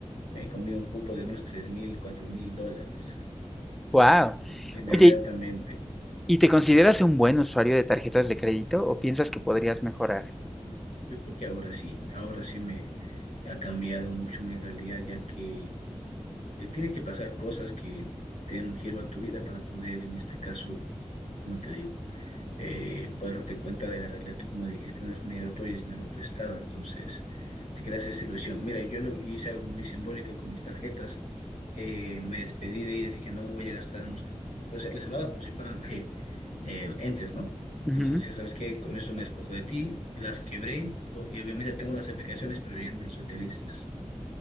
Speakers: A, on the left (about 80°); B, in the centre.
A: me comí un cupo de unos tres mil, cuatro mil dólares
B: wow.
A: inmediatamente.
B: Oye, ¿y te consideras un buen usuario de tarjetas de crédito o piensas que podrías mejorar?
A: Yo creo que ahora sí, ahora sí me ha cambiado mucho mi realidad, ya que eh, tiene que pasar cosas que te den un giro a tu vida para poder, en este caso, como te digo? eh, puedes darte cuenta de la realidad. Tú, como dijiste, no es dinero tuyo, es dinero prestado. Entonces, te creas esa ilusión. Mira, yo lo, hice algo muy simbólico con mis tarjetas. Eh, me despedí de ellas, dije, no voy a gastar en ustedes. O sea, les hablaba como si fueran <laughs> eh, eh, entes, ¿no? Entonces
B: Ujú.
A: decía, ¿sabes qué? Con esto me despojo de ti, las quebré, o- y obviamente tengo las aplicaciones, pero ya no las utilizas.